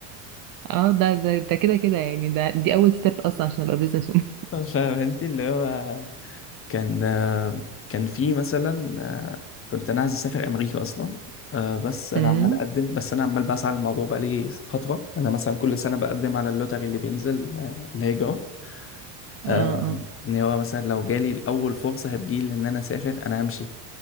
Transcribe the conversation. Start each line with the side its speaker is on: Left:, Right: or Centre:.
Right: اه ده ده ده كده كده يعني ده دي اول ستيب اصلا عشان ابقى بزنس وومن
Left: <laughs> فاهم انت اللي هو كان آه، كان في مثلا آه، كنت انا عايز اسافر امريكا اصلا آه، بس انا
Right: امم
Left: عمال اقدم بس انا عمال بسعى للموضوع بقالي فتره انا مثلا كل سنه بقدم على اللوتري اللي بينزل آه، الهجره آه،
Right: اه اه
Left: ان هو مثلا لو جالي الاول فرصه هتجيلي ان انا اسافر انا همشي